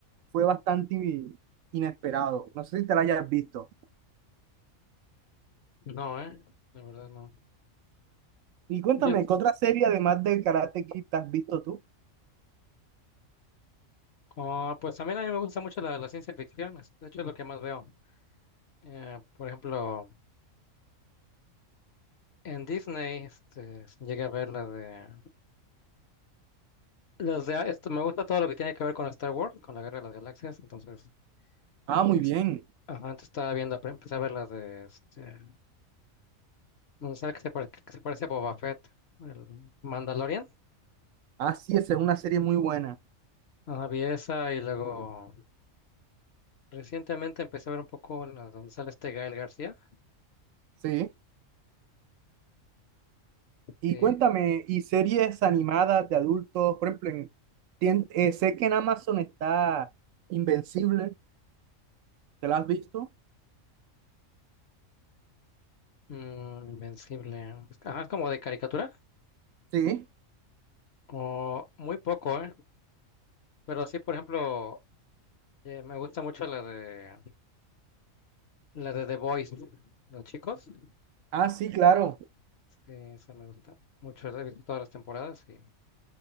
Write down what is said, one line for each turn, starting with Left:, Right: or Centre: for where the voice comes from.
Right: fue bastante i- inesperado. No sé si te la hayas visto.
Left: No, eh, la verdad no.
Right: Y cuéntame,
Left: Yo
Right: ¿qué otra serie además del Karate Kid te has visto tú?
Left: Ah, pues también a mí me gusta mucho la, la ciencia ficción, es- de hecho es lo que más veo. Eh, por ejemplo, en Disney este, llegué a ver la de... Las de esto, me gusta todo lo que tiene que ver con Star Wars, con la Guerra de las Galaxias, entonces...
Right: Ah, muy
Left: es-
Right: bien.
Left: ajá, antes estaba viendo, pero empecé a ver las de... Este, donde sale que se, pare- que se parece a Boba Fett, el Mandalorian.
Right: Ah, sí, esa es una serie muy buena.
Left: Ajá, vi esa y luego recientemente empecé a ver un poco la, donde sale este Gael García.
Right: Sí. Y
Left: eh,
Right: cuéntame, ¿y series animadas de adultos? Por ejemplo, en, tien- eh, sé que en Amazon está Invencible, ¿te la has visto?
Left: mm, Invencible. Ajá, es como de caricatura.
Right: Sí.
Left: O muy poco, ¿eh? Pero sí, por ejemplo, eh, me gusta mucho la de la de The Boys, los chicos.
Right: Ah, sí, claro.
Left: Sí, esa me gusta mucho. He visto todas las temporadas y,